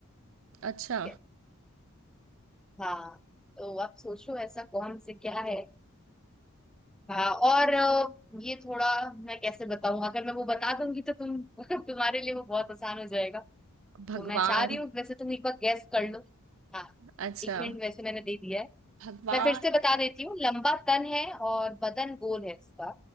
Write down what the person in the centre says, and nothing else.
ठीक है। हाँ तो आप सोचो ऐसा कौन से क्या है हाँ और अ, ये थोड़ा मैं कैसे बताऊं अगर मैं वो बता दूंगी तो तुम <laughs> तुम्हारे लिए वो बहुत आसान हो जाएगा तो
मैं चाह रही हूँ वैसे तुम एक बार गैस कर लो हाँ
एक हिंट वैसे मैंने दे दिया है
मैं फिर से बता देती हूँ लंबा तन है और बदन गोल है इसका